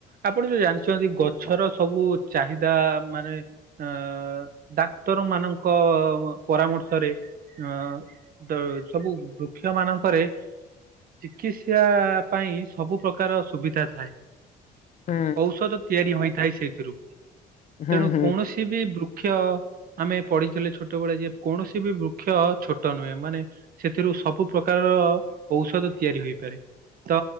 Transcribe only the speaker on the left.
ହୁଁ
ହୁଁ
ହୁଁ।